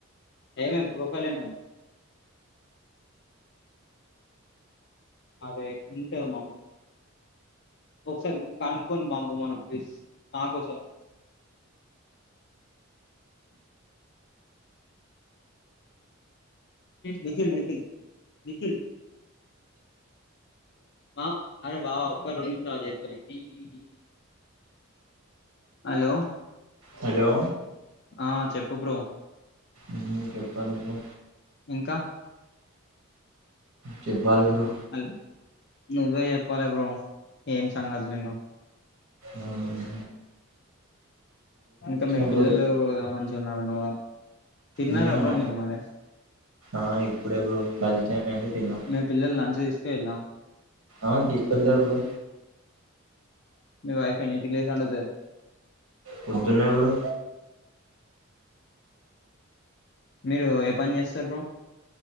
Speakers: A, on the left (about 50°); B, on the right (about 85°).
A: ఏమైంది ప్రోఫైల్ ఏమైంది <unintelligible> అదే ఇంటద్ <unintelligible> మము ఒకసారి కనుక్కొని పంప మను ఫ్లీస్ నాకోసం నిఖిల్ నిఖిల్ నిఖిల్ ఆ అరే బావ ఒక్క రోజు నుంచ్ స్టార్ట్ జేత్తడు ఇగ <unintelligible> హలో
B: హాలో
A: ఆ చెప్పు బ్రో
B: ఉం చెప్పండి బ్రో
A: ఇంకా
B: చెప్పాలి బ్రో
A: అల్ నువ్వే జెప్పాలే బ్రో ఏం సంగతులింగ
B: ఉమ్
A: ఇంక మీ
B: బ్రో
A: పిల్లలు మంచిగున్నారన్నవు గదా తిన్నారు
B: మ్
A: బ్రో మీరు మరి
B: ఆ ఇప్పుడే బ్రో లంచ్ టైమయింది తిన్నం
A: మీ పిల్లలు లంచ్ తీసుకు పొయిల్లా
B: ఆ తీసుకెళ్తరు బ్రో
A: మీ వైఫ్ ఎన్నింటికి లేసి వండుతది
B: పొద్దున్నే బ్రో
A: మీరు ఏ పని చేస్తారు బ్రో